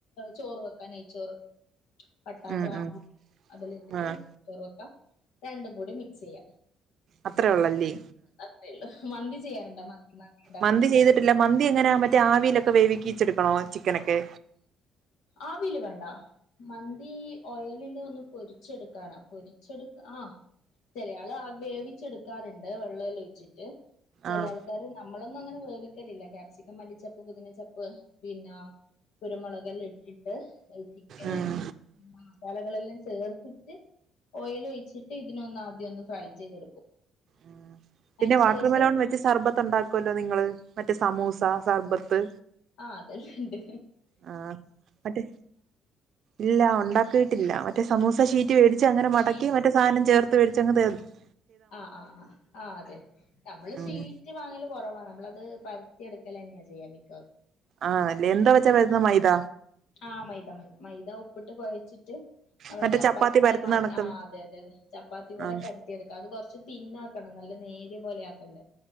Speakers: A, on the left; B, on the right.
A: ചോറ് വെക്കാ നെയിച്ചോറ് പട്ടാ
B: ഉം
A: ഗ്രാമോ
B: ഉം
A: അതെല്ലാം ഇട്ടിട്ട്
B: ആഹ്
A: ചെറ് വെക്കാ രണ്ടും കൂടെ മിക്സെയ്യാ
B: അത്രേ ഒള്ളല്ലേ
A: അത്രയൊള്ളു മന്തി ചെയ്യാറുണ്ടാ മന്തി മന്താ ഇണ്ടാക്കാറുണ്ട
B: മന്തി ചെയ്തിട്ടില്ല മന്തി എങ്ങനെ മറ്റേ ആവിയിലൊക്കെ വേവിക്കിച്ചെടുക്കണോ ചിക്കനൊക്കെ
A: ആവിയില് വേണ്ട മന്തി ഓയിലില് ഒന്ന് പൊരിച്ചെടുക്കാനാ പൊരി ച്ചെടു ആഹ് ചെരിയാള് വേവിച്ചെടുക്കാറുണ്ട് വെള്ള മെല്ലാം ഒിച്ചിട്ട് ചെല
B: ആഹ്
A: ആൾക്കാര് നമ്മളൊന്നും അങ്ങനെ വേവിക്കലില്ല ക്യാപ്സിക്കം മല്ലിച്ചപ്പ് കുതിനച്ചപ്പ് പിന്നെ കുരുമുളകെല്ല ഇട്ടിട്ട് ചിക്കന്
B: ഉം
A: ആ മസാലകളെല്ലാം ചേർത്തിട്ട് ഓയിൽ ഒഴിച്ചിട്ട് ഇതിനൊന്ന് ആദ്യം ഒന്ന് ഫ്രൈ ചെയ്തെടുക്കും.
B: ഉം
A: അതിന്
B: പിന്നെ വാട്ടർ
A: ശേഷം
B: മെലോൺ വെച്ച് സർബത്ത് ഉണ്ടാക്കുല്ലോ നിങ്ങള് മറ്റേ സമൂസ, സർബത്ത്
A: ആ അതെല്ലണ്ട്
B: ആ മറ്റേ ഇല്ല ഉണ്ടാക്കിയിട്ടില്ല മറ്റേ സമൂസ ശീ റ്റി വേടിച്ച് അങ്ങനെ മടക്കി
A: ഷീറ്റ്
B: മറ്റേ സാനം ചേർത്ത് മേടിച്ച് അങ്ങ് <unintelligible>
A: ആ ആ ആ ആ അതെ നമ്മള്
B: ഉം
A: ചെയ്യ് റ്റ് വാങ്ങല് കൊറവാ നമ്മളത് പര്ത്തി എടുക്കലന്നെ ചെയ്യല് മിക്ക
B: ആ അല്ലേ എന്താ വെച്ചാ പരുത്തുന്ന മൈദ?
A: ആ മൈദ മൈദ മൈദ ഉപ്പ്ട്ട് കൊഴച്ചിട്ട് നമ്മള്
B: മറ്റേ
A: ചപ്പാത്തിന്റെ
B: ചപ്പാത്തി പരത്തുന്ന
A: മാവ്
B: കണക്ക്
A: ആ അതെ അതെ അതെ ചപ്പാത്തി പോലെ
B: ആഹ്
A: പര് യെടുക്കാ അത് കൊർച്ച് തിന്നാക്കണം നല്ല നേരിയ പോലെ ആക്കണ്ടേ.